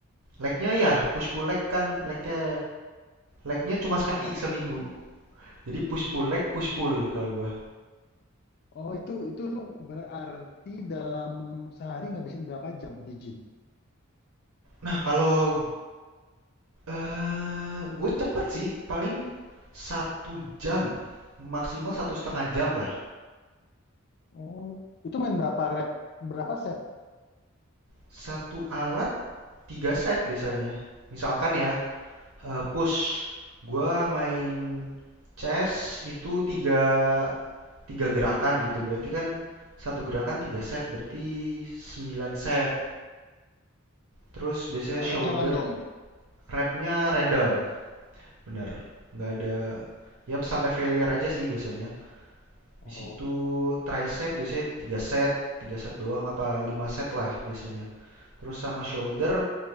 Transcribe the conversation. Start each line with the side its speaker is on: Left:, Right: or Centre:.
Right: legnya ya push pull leg kan legnya legnya cuma
Left: Oh
Right: sekali
Left: sama legnya.
Right: seminggu. Jadi push pull leg push pull kalau gue.
Left: Oh itu itu lu berarti dalam sehari ngabisin berapa jam di gym?
Right: Nah kalau eh gue cepet sih paling satu jam maksimal satu setengah jam lah.
Left: Oh itu main berapa rep? Berapa set?
Right: Satu alat 3 set biasanya. Misalkan ya, eh, push. Gua main chess itu 3 3 gerakan gitu. Berarti kan satu gerakan tiga set, berarti 9 set. Terus
Left: Hmm,
Right: biasanya
Left: Repnya
Right: shoulder
Left: random.
Right: repnya random. Bener. Nggak ada ya sampai failure aja sih biasanya.
Left: Hmm.
Right: Di situ tricep biasanya tiga set, 3 set doang apa 5 set lah biasanya. Terus sama shoulder,